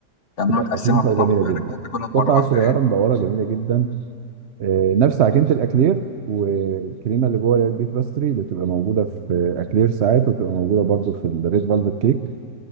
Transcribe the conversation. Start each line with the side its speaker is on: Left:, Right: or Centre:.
Left: كانها
Right: بتبقى
Left: متقسمه
Right: خفيفه
Left: قطع
Right: وجميله
Left: صغيره
Right: جدا
Left: كده تاكلها في
Right: قطعه
Left: مره واحده
Right: صغيره
Left: يعني
Right: مدوره جميله جدا آه، نفس عجينه الاكلير والكريمه اللي جوه البيف باستري اللي بتبقى موجوده في اكلير ساعات وبتبقى موجوده برضو في الريد فالفت كيك